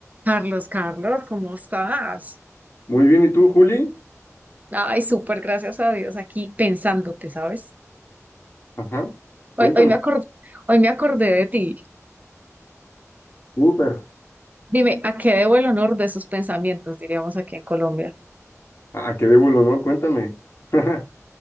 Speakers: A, on the right; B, on the left.
A: Carlos, Carlos, ¿cómo estás?
B: Muy bien, ¿y tú, Juli?
A: Ay, súper, gracias a Dios, aquí pensándote, ¿sabes?
B: Ajá,
A: Hoy,
B: cuéntame.
A: hoy me acor- hoy me acordé de ti.
B: Súper.
A: Dime, ¿a qué debo el honor de esos pensamientos, diríamos aquí en Colombia?
B: ¿A a qué debo el honor? Cuéntame. <laughs> Ajá.